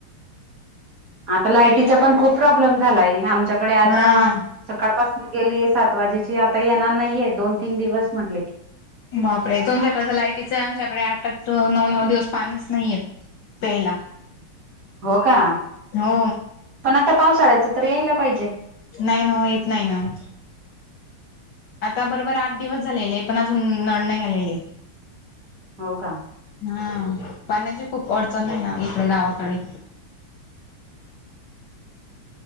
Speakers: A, on the right; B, on the left.
A: आत्ता लाईटीचा पण खूप प्रॉब्लेम झालाय आमच्याकडे आता
B: हा
A: सकाळपासून गेलीय सात वाजेची आता येणार नाहीये दोन-तीन दिवस म्हटले.
B: बापरे तुमच्याकडे तर लाईटीच आमच्याकडे आठ आठ नऊ दिवस पाणीच नाहीये येत. प्यायला
A: हो का
B: हो
A: पण आता पावसाळ्याचं तर यायला पाहिजे.
B: नाही नवं येत नाही नवं आता बरोबर आठ दिवस झालेले पण अजून नाही आलेले.
A: होका
B: हम पाण्याची खूप अडचण नाय ना इकडे गावाकडे